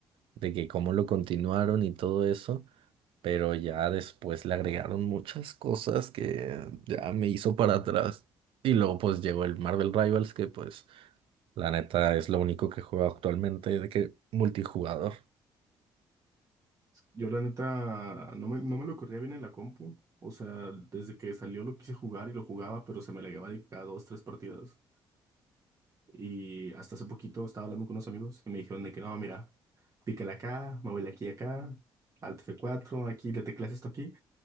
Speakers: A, on the right; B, on the right.
A: de que cómo lo continuaron y todo eso. Pero ya después le agregaron muchas cosas que ya me hizo para atrás. Y luego pues llegó el Marvel Rivals, que pues la neta es lo único que juego actualmente de que multijugador.
B: Yo la neta no me, no me lo corría bien en la compu. O sea, desde que salió lo quise jugar y lo jugaba, pero se me la llevaba de cada dos, tres partidas. Y hasta hace poquito estaba hablando con unos amigos y me dijeron de que no, mira, pícale acá, muévele aquí y acá, Alt f cuatro aquí le teclas esto aquí.